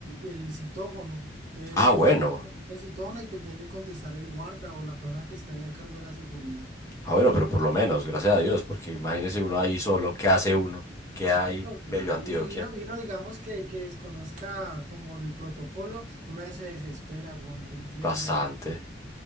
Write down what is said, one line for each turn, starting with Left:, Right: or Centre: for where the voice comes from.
Right: el citófono. Entonces
Left: Ah,
Right: vos
Left: bueno.
Right: presionas el citófono y te tiene que contestar el guarda o la persona que está ahí a cargo de la seguridad.
Left: Ah, bueno, pero por lo menos, gracias a Dios, porque imagínese uno ahí solo, ¿qué hace uno? ¿Qué hay,
Right: No, claro.
Left: bello Antioquia?
Right: Y, y no, y no digamos que, que desconozca como el protocolo, uno se desespera, bueno, yo entiendo
Left: Bastante.